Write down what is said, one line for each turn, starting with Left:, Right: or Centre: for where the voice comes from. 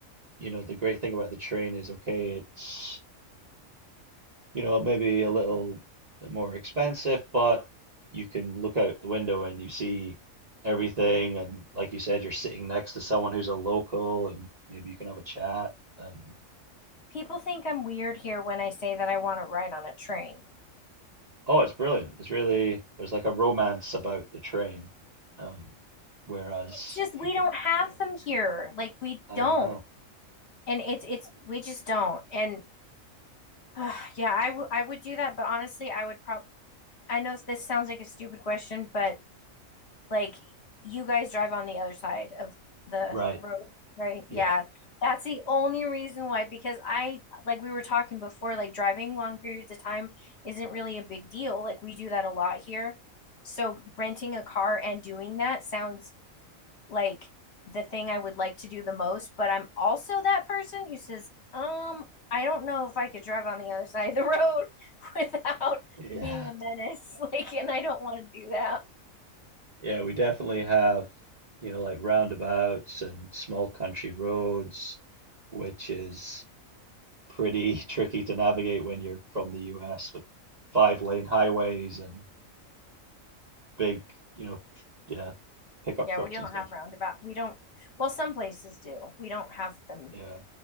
Right: you know, the great thing about the train is okay, it's, you know, maybe a little bit more expensive, but you can look out the window and you see everything. And like you said, you're sitting next to someone who's a local and maybe you can have a chat. And
Left: <laughs> People think I'm weird here when I say that I want to ride on a train.
Right: Oh, it's brilliant. It's really there's like a romance about the train. Um, whereas
Left: It's just
Right: if
Left: we
Right: you,
Left: don't have
Right: yeah,
Left: them here. Like we
Right: I
Left: don't.
Right: know,
Left: And it's it's we just don't. And <sighs> uh, yeah, I w- I would do that, but honestly, I would probably I know this sounds like a stupid question, but Like you guys drive on the other side of the
Right: right?
Left: road, right?
Right: Yeah,
Left: Yeah. That's the only reason why, because I, like we were talking before, like driving long periods of time isn't really a big deal. Like we do that a lot here. So renting a car and doing that sounds like the thing I would like to do the most, but I'm also that person who says, um, I don't know if I could drive on the other side of the road <laughs> without
Right: yeah,
Left: being a menace. <laughs> Like, and I don't want to do that.
Right: yeah. We definitely have you know like roundabouts and small country roads, which is pretty <laughs> tricky to navigate when you're from the US with five lane highways and big you know tr- yeah pickup
Left: Yeah,
Right: trucks
Left: we don't
Right: and stuff.
Left: have roundabout. We don't, well, some places do. We don't have them
Right: Yeah.